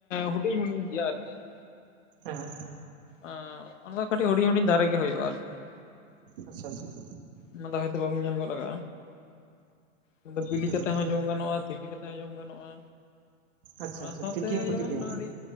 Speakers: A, on the left; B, on the right.
A: ᱦᱩᱰᱤᱧ ᱜᱮᱭᱟ ᱟᱨᱠᱤ ᱾
B: ᱦᱮᱸ ᱾
A: ᱟᱸ ᱚᱱᱟ ᱫᱚ ᱠᱟᱹᱴᱤᱡ ᱦᱩᱰᱤᱧ ᱦᱩᱰᱤᱧ ᱫᱟᱨᱮ ᱜᱮ ᱦᱩᱭᱩᱜᱼᱟ ᱟᱨᱠᱤ ᱾
B: ᱟᱪᱪᱷᱟ ᱟᱪᱪᱷᱟ ᱾
A: ᱚᱱᱟᱫᱟ ᱦᱚᱭᱛᱳ ᱵᱟᱵᱤᱱ ᱧᱮᱞ ᱜᱚᱫ ᱠᱟᱜᱼᱟ, ᱚᱱᱟ ᱫᱚ ᱵᱤᱞᱤ
B: ᱦᱮᱸ
A: ᱠᱟᱛᱮ ᱦᱚᱸ ᱡᱚᱢ ᱜᱟᱱᱚᱜᱼᱟ ᱛᱤᱠᱤ ᱠᱟᱛᱮ ᱦᱚᱸ ᱡᱚᱢ ᱜᱟᱱᱚᱜᱼᱟ
B: ᱟᱪᱪᱷᱟ
A: ᱚᱱᱟ
B: ᱟᱪᱪᱷᱟ
A: ᱥᱟᱶᱛᱮ
B: ᱛᱤᱠᱤ ᱦᱚᱸᱠᱚ
A: ᱡᱮᱢᱚᱱ
B: ᱛᱤᱠᱤᱭᱟ
A: ᱟᱹᱰᱤ